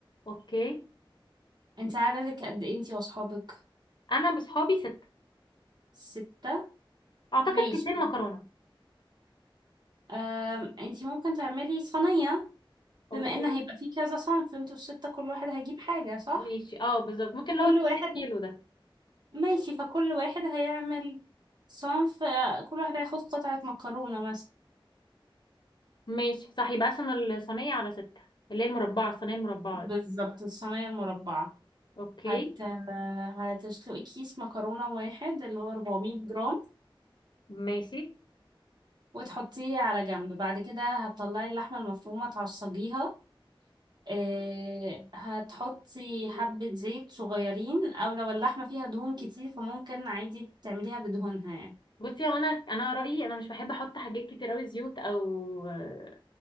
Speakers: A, on the left; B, on the right.
A: اوكي
B: انت عددك قد ايه انتي واصحابك
A: انا بصحابي ستة
B: ستة
A: اعتقد
B: ماشي
A: كيسين مكرونة
B: آم انتي ممكن تعملي صينية
A: اوكي
B: بما ان هيبقى فيه كذا صنف انتوا الستة كل واحد هيجيب حاجة صح
A: ماشي اه بالظبط ممكن اللي
B: كل
A: هو الكيس
B: واحد
A: الكيلو ده
B: ماشي فكل واحد هيعمل صنف آه، كل واحد هياخد قطعة مكرونة مثلا
A: ماشي صح يبقى اقسم الصينية على ستة اللي هي المربعة الصينية المربعة
B: بالظبط
A: دي
B: الصينية المربعة
A: اوكي
B: هت... هتسلقي كيس مكرونة واحد اللي هو 400 جرام
A: ماشي
B: وتحطيه على جنب بعد كده هتطلعي اللحمة المفرومة تعصجيها إيه... هتحطي حبة زيت صغيرين أو لو اللحمة فيها دهون كتير فممكن عادي تعمليها بدهونها يعني
A: بصي هو انا انا رأيي انا مش بحب احط حاجات كتير قوي زيوت او آه،